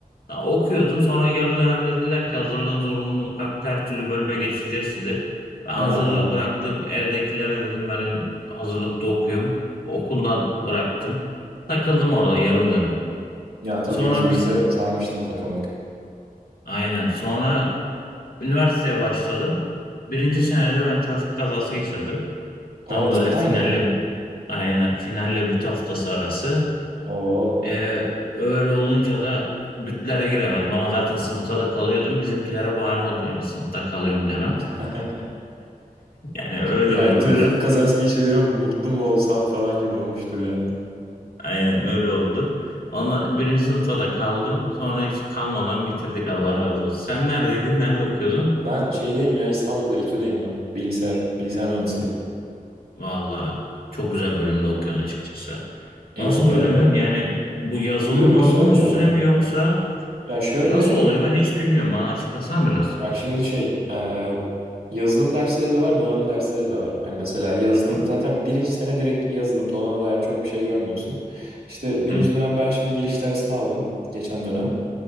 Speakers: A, on the left; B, on the right.
A: Ya okuyordum sonra yarı dönem dediler ki hazırlığın zorunluluğu kalktı her türlü bölüme geçireceğiz sizi. Ben
B: Ha.
A: hazırlığı bıraktım evdekilere dedim ben ün- hazırlıkta okuyorum. Okuldan bıraktım. Takıldım orada yarım dönem.
B: Ya tabii
A: Sonra
B: İzmir'de
A: bir
B: sarmıştır takılmak.
A: aynen sonra üniversiteye başladım. Birinci senede ben trafik kazası geçirdim. Tam
B: Aa
A: böyle
B: cidden
A: finalle
B: mi?
A: aynen finalle büt haftası arası.
B: Oo.
A: Ee, öyle olunca da bütlere giremedim ama zaten sınıfta da kalıyordum. Bizimkilere bahane oldu yani sınıfta kalıyorum demem.
B: <laughs>
A: Yani öyle
B: Ya
A: oldu
B: trafik
A: biraz.
B: kazası geçirdim mutlu mu olsam falan gibi olmuştur yani.
A: Aynen öyle oldu. Ama birinci sınıfta da kaldım. Sonra hiç kalmadan bitirdik Allah razı olsun. Sen neredeydin? Nerede okuyordun?
B: Ben şeydeyim ya İstanbul'da İTÜ'deyim ben. Bilgisayar, bilgisayar mühendisliği.
A: Valla çok güzel bölümde okuyorsun açıkçası.
B: Eyvallah
A: Nasıl bölümün?
B: ya.
A: Yani bu yazılım
B: Bölüm
A: mazılım
B: güzel
A: üstüne
B: ya.
A: mi yoksa
B: Ya şöyle
A: nasıl oluyor? Ben hiç bilmiyorum. Bana açıklasan biraz.
B: Bak şimdi şey, e, yazılım dersleri de var, donanım dersleri de var. Hani mesela yazılım,
A: Hı
B: zaten birinci sene direkt yazılım, donanıma dair çok bir şey görmüyorsun. İşte birinci
A: hı
B: dönem ben şimdi giriş dersini aldım, geçen dönem.